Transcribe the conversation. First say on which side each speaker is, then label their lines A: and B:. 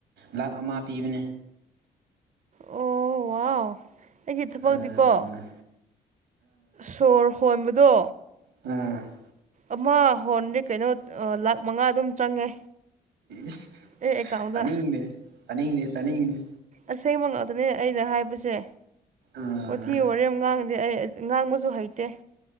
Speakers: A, on the right; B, on the right.
A: ꯂꯥꯛ ꯑꯃ ꯄꯤꯕꯅꯦ
B: ꯑꯣ ꯋꯥꯎ ꯑꯩꯒꯤ ꯊꯕꯛꯗꯤꯀꯣ
A: ꯑꯥ
B: ꯁꯣꯔ ꯍꯣꯟꯕꯗꯣ
A: ꯎꯝ
B: ꯑꯃ ꯍꯣꯟꯗꯤ ꯀꯩꯅꯣ ꯂꯥꯛ ꯃꯉꯥ ꯑꯗꯨꯝ ꯆꯪꯉꯦ
A: ꯏꯁ
B: ꯑꯩ ꯑꯦꯀꯥꯎꯟꯗ
A: ꯇꯅꯤꯡꯗꯦ ꯇꯅꯤꯡꯗꯦ ꯇꯅꯤꯡꯗꯦ
B: ꯑꯁꯦꯡꯕ ꯉꯥꯛꯇꯅꯦ ꯑꯩꯅ ꯍꯥꯏꯕꯁꯦ
A: ꯑꯥ
B: ꯋꯥꯊꯤ ꯋꯥꯔꯦꯝ ꯉꯥꯡꯗꯦ ꯑꯩ ꯉꯥꯡꯕꯁꯨ ꯍꯩꯇꯦ